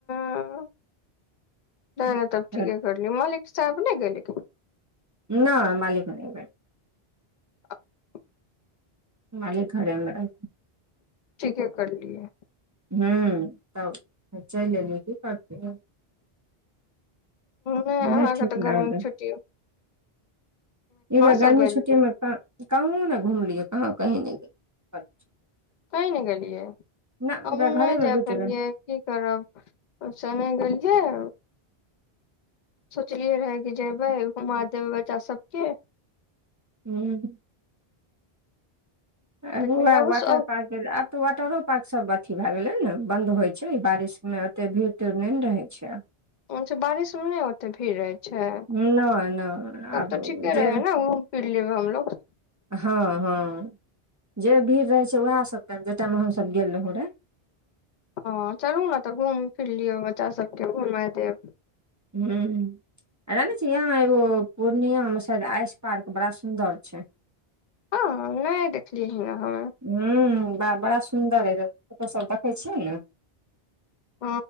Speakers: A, on the left (about 50°); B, on the right (about 20°).
A: <unintelligible>
B: रहथिन
A: मलिक साहब नै गेलै
B: नय मालिक नै ऐबेर
A: <inaudible>
B: मालिक घरे मे रहै
A: ठीके करलियै
B: हू तब चलि एलियै की करतै
A: नै अहाँके
B: नहि ठीक
A: तऽ गरमी
B: लगलै
A: छुट्टीयो
B: ई बेर गर्मी
A: सब गेलियै
B: छुट्टी मे त कहूँ न घुमलियै कहूँ कही नै गेलि
A: तैं नै गेलियै
B: नहि
A: हमहुँ
B: घरेमे
A: नै जाय
B: बीत
A: पलियै
B: गेल
A: की करब समय गेलियाय सोचलियै रहेए कि जेबै घुमा देबै बच्चा सबके
B: हूँ अगुआ
A: लेकिन अबस
B: वाटर पार्क आब तऽ वाटरो पार्क सब अथी भए गेलै ने बन्द होइ छै बारिशमे ओते भीड़ तीड़ नै ने रहै छै
A: अछ बारिश मे नै ओते भीड़ रहै अच्छा तब
B: नहि नहि आब
A: तऽ ठीके
B: जे
A: रहे ने घूम फिर लेबै हमलोग।
B: हँ हँ जे भीड़ रहै छै ओएह सभटा जाहि टाइमे हमसब गेल रहौ रऽ
A: हैं चलु ने तऽ घूम फिर लिअ बच्चा सभके घुमा देब
B: हू। जानै छी यहाँ एगो पूर्णियामे शायद आइस पार्क बड़ा सुन्दर छै।
A: हँ नहि देखली हँ
B: हू बड़ा सुन्दर अ र फोटो सभ देखैत छियै ने
A: ह